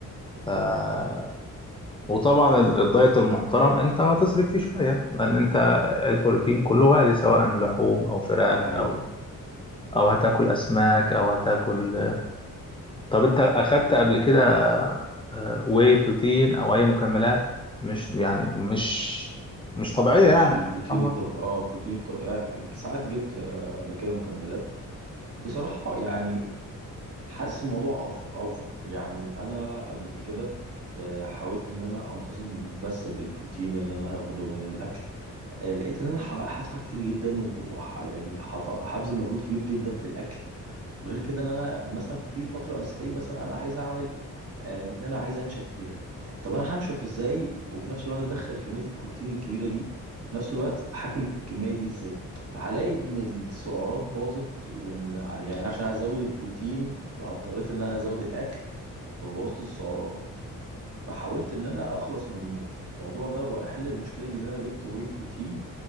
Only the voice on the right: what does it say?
دي حقيقة
مش
البروتين
الطب... اه البروتين الطبيعي ساعات جبت آه قبل كده مكملات بصراحة يعني حاسس الموضوع أف... أوفر يعني أنا قبل كده آه حاولت إن أنا أنتظم بس بالبروتين اللي أنا أخده من الأكل آه لقيت إن أنا ح- هدفع كتير جدا وح... يعني هط... هبذل مجهود كبير جدا في الأكل وغير كده إن أنا مثلا في فترة أساسية مثلا أنا عايز أعمل آه، ان انا عايز انشف فيها طب انا هنشف ازاي وفي نفس الوقت ادخل كميه البروتين الكبيره دي في نفس الوقت هاكل الكميه دي ازاي فهلاقي ان السعرات باظت وان ع- يعني عشان ازود البروتين فاضطريت ان انا ازود الاكل فبوظت السعرات فحاولت ان انا اخلص من الموضوع ده واحل المشكله دي ان انا جبت واي بروتين